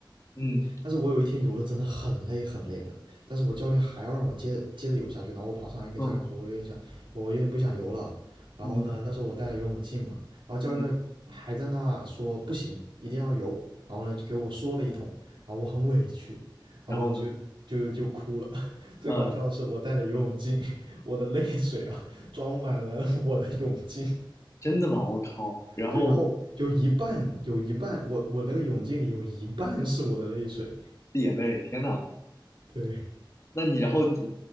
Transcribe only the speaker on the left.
嗯
嗯
嗯
嗯，
然后呢，
呃，
真的吗？我靠，然后
滴眼泪，天呐，
那你然后呃